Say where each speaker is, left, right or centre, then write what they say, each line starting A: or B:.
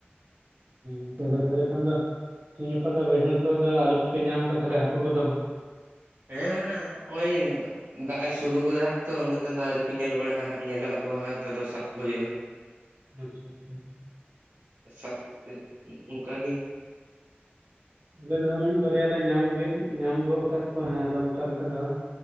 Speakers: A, on the right (about 60°); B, on the right (about 80°).
A: ᱱᱤᱛᱚᱜ ᱫᱚ ᱛᱟᱦᱞᱮ ᱠᱷᱟᱱ ᱫᱚᱼᱼ ᱛᱮᱦᱤᱧ ᱜᱟᱯᱟ ᱫᱚ ᱵᱟᱹᱭᱦᱟᱹᱲ ᱠᱚᱫᱚ ᱟᱹᱣᱨᱤ ᱠᱯᱮ ᱧᱟᱢ ᱠᱚᱣᱟ ᱛᱟᱦᱚᱞᱮ ᱦᱟᱹᱠᱩ ᱠᱚᱫᱚ ᱦᱟᱸᱜ ᱾
B: ᱦᱮᱸ ᱢᱮᱟᱱᱮ ᱜᱼᱚᱭ, <unintelligible> ᱫᱟᱜ ᱮ ᱥᱩᱨᱩ ᱟᱡᱟᱫᱟ ᱛᱚ ᱩᱱᱟᱹᱜ ᱜᱟᱱ ᱟᱹᱣᱨᱤ ᱠᱚ ᱧᱮᱞ ᱵᱟᱲᱟᱜᱼᱟ ᱦᱟᱸᱜ ᱧᱮᱞᱚᱜᱚ ᱟᱠᱚ ᱦᱟᱸᱜ ᱟᱫᱚ ᱥᱟᱵ ᱠᱚ ᱦᱩᱭᱩᱜᱼᱟ ᱾ <inaudible>
A: <unintelligible>
B: ᱥᱟᱵ ᱠᱟᱛᱮ ᱚᱱᱠᱟ ᱜᱮ ᱾
A: ᱟᱞᱮ ᱫᱚᱦᱟᱸᱜ ᱢᱤᱫ ᱵᱟᱨᱭᱟ ᱞᱮ ᱧᱟᱢ ᱜᱮ ᱧᱟᱢ ᱜᱚᱫ ᱟᱠᱟᱫ ᱠᱚᱣᱟ ᱦᱟᱸᱜ ᱟᱫᱚ ᱚᱱᱠᱟ ᱞᱮᱠᱟ ᱫᱚ ᱦᱟᱸᱜ ᱾